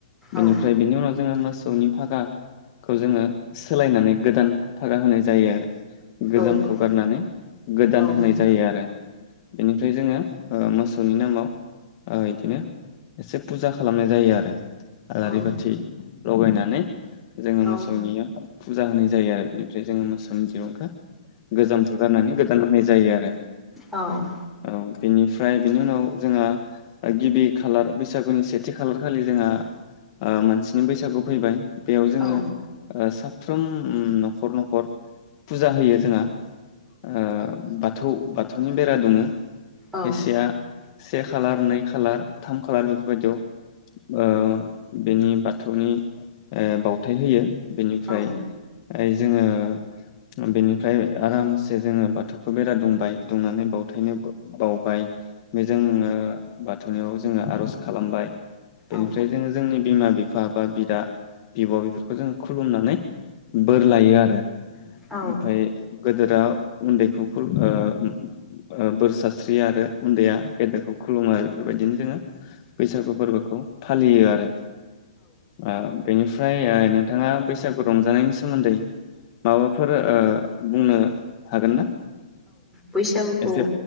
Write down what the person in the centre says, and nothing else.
औ
औ औ
औ नोंथां
औ
औ
औ
औ
औ
औ
औ
औ
बैसागुखौ